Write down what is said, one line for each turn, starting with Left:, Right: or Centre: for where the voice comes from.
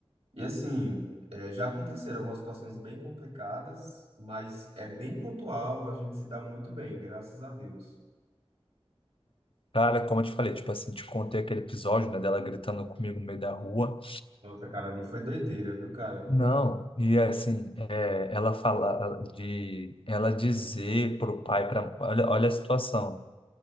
Right: e assim, é, já aconteceram algumas situações bem complicadas, mas é bem pontual, a gente se dá muito bem, graças a Deus.
Left: Cara, como eu te falei, tipo assim, te contei aquele episódio, né, dela gritando comigo no meio da rua.
Right: Nossa, cara, ali foi doideira, viu, cara?
Left: Não, e assim, é, ela fala de ela dizer pro pai, pra, olha, olha a situação.